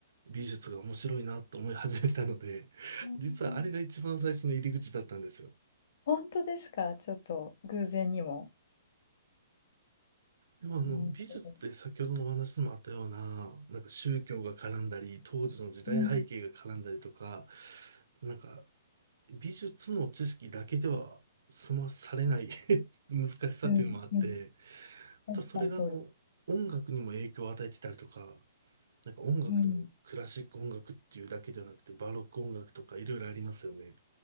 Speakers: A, on the right; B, on the left.
A: 美術が面白いなと思い始めたので、
B: うん
A: 実はあれが一番最初の入り口だったんですよ。
B: 本当ですかちょっと偶然にも。
A: でもあの美術って先ほどのお話にもあったような、
B: ね
A: なんか宗教が絡んだり、当時の時代背景が絡んだりとか、
B: うん、
A: なんか美術の知識だけでは済まされない <laughs> 難しさっていうのもあって、
B: うん、うん、
A: またそれがあの音楽にも影響を与えてたりとか、
B: 確かにそうです。
A: なんか音楽にもクラシック音楽っていうだけではなくて、
B: うん
A: バロック音楽とかいろいろありますよね。